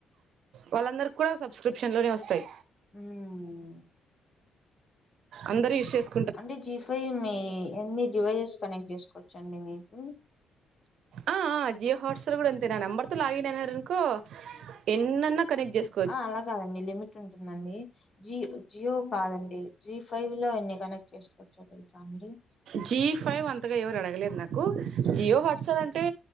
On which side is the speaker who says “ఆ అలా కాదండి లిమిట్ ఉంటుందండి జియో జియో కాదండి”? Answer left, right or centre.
Left